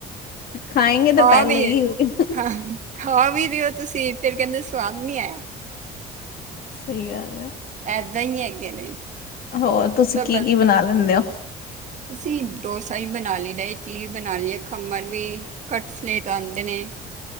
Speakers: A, on the left; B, on the right.
A: ਖਾਏਂਗੇ ਤਾਂ
B: ਖਾ
A: ਪਹਿਲੇ
B: ਵੀ
A: ਹੀ
B: ਖਾ ਖਾ ਵੀ ਰਓ ਤੁਸੀਂ ਤੇਰੇ ਕਹਿੰਦੇ ਸਵਾਦ ਨਹੀਂ ਆਇਆ
A: ਸਹੀ ਗੱਲ
B: ਏਦਾਂ ਹੀ ਹੈਗੇ ਨੇ।
A: ਹੋਰ ਤੁਸੀਂ
B: ਤਾਂ
A: ਕੀ
B: ਬਸ
A: -ਕੀ ਬਣਾ ਲੈਂਦੇ ਹੋ?
B: ਅਸੀਂ ਡੋਸਾ ਹੀ ਬਣਾ ਲਈ ਦਾ, ਚਲੀਜ਼ ਬਣਾ ਲਈਏ, ਖੰਮਣ ਵੀ, ਕਟਲੇਟਸ ਆਉਂਦੇ ਨੇ।